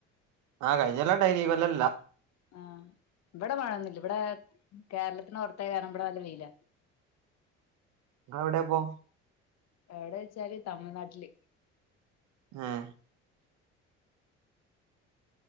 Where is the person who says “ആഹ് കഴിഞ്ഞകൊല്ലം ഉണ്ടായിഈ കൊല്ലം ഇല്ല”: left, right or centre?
Right